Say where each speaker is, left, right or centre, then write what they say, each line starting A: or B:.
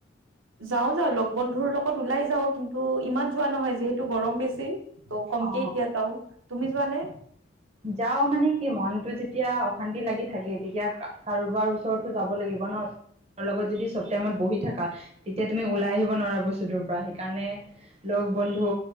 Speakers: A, on the right (about 80°); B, on the right (about 30°).
A: যাও যাও লগ বন্ধুৰ লগত ওলাই যাও কিন্তু ইমান যোৱা নহয় যিহেতু গৰম বেছি <unintelligible> কমকে
B: অ
A: এতিয়া যাওঁ তুমি যোৱানে
B: যাও মানে কি মনতটো যেতিয়া <unintelligible> তেতিয়া অশান্তি লাগি থাকে তেতিয়া কাৰোবাৰ ওচৰতো যাব লাগিব ন লগত যদি চব টাইমত বহি থাকা তেতিয়া তুমি ওলাই আহিব নোৱাৰা বস্তুদূৰ পৰা সেইকাৰণে লগ বন্ধু